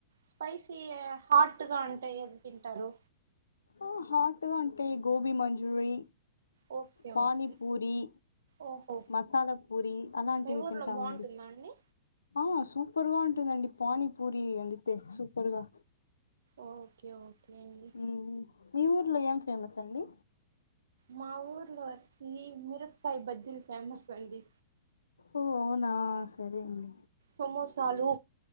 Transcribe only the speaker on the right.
స్పైసీ హాట్గా అంటే ఎది తింటారు
okay
okay ఓహో
మీ ఊర్లో
బాగుంటుందా అండి
ఓకే ఓకే అండి
మా ఊర్లోవచ్చి మిరపకాయి బజ్జి ఫేమస్ అండి
సమోసాలు